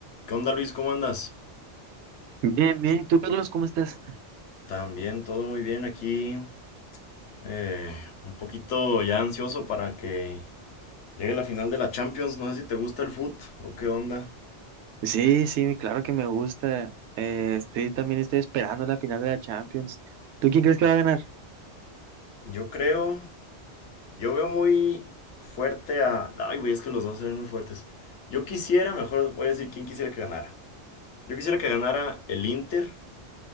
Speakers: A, on the left (about 85°); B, on the right (about 80°).
A: ¿Qué onda Luis? ¿Cómo andas?
B: Bien, bien. ¿Y tú, Carlos, cómo estás?
A: También todo muy bien aquí. eh, un poquito ya ansioso para que llegue la final de la Champions. No sé si te gusta el foot o qué onda.
B: Sí, sí, claro que me gusta. Eh, estoy también estoy esperando la final de la Champions. ¿Tú quién crees que va a ganar?
A: Yo creo, yo veo muy fuerte a... Ay, güey, es que los dos se ven muy fuertes. Yo quisiera, mejor voy a decir quién quisiera que ganara. Yo quisiera que ganara el Inter,